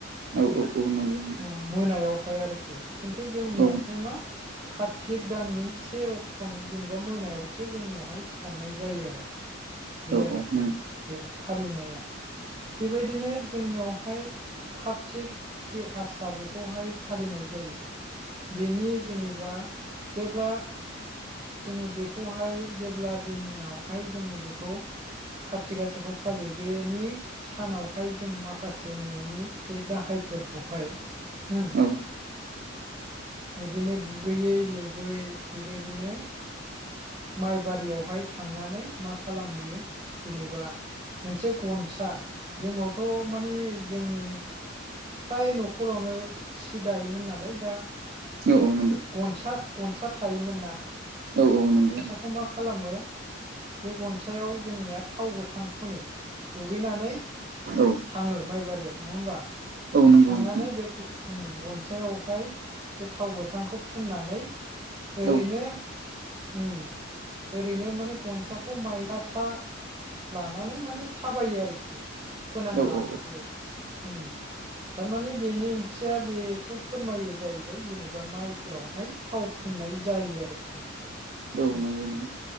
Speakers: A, on the right; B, on the right.
A: औ
B: उम
A: औ औ नोंगौ नोंगौ।
B: अ मोनायावहाय आरोखि खिन्थु जोंनियावहाय
A: औ
B: मा कार्तिक दाननि से अक्ट'नि जेनेबा मोनायावसो जोंनियावहाय सावनाय जायो आरो
A: <inaudible>
B: बे आरोखि।
A: नंगौ
B: बे फालिनाया बेबायदिनो जोंनियावहाय खाथ थिक जे आसा बेखौहाय फालिनाय जायो। बिनि जेनेबा जेब्ला जोङो बेखौहाय जेब्ला दिनावहाय जोङो बेखौ खाथि गासाखौ फालियो बेनि सानावहाय जों माखासे न'नि जे गाहायफोरखौहाय उम
A: औ
B: इदिनो दुगैयै लोबै बेबायदिनो माइ बारियावहाय थांनानै मा खालामहैयो जेनेबा मोनसे गनसा जोंनावथ' माने जोंनि फ्राय न'खरावनो सि दायोमोन नालाय दा
A: औ औ नंगौ।
B: गनसा गनसा थायोमोन ना
A: औ औ नंगौ।
B: खौ मा खालामो बे गनसायाव जोंनिया थाव गोथां फुनो दुगैनानै
A: औ
B: थाङो माइबारियाव नङा होमबा
A: औ
B: दा
A: नंगौ
B: थांनानै
A: नोंथां
B: बे ग उम गनसायावहाय बे थाव गोथांखौ फुननानै ओरैनो
A: औ
B: उ ओरैनो माने गनसाखौ माइ सा सा लानानै माने थाबायो आरोखि फोनांलाङो
A: औ औ
B: बे उम थारमाने बेनि ओंथिया बेखौ फोरमायो जाहैबाय जेनेबा माइ फोरावहाय थाव फुननाय जायो आरोखि। उम
A: औ नोंगौ नोंगौ।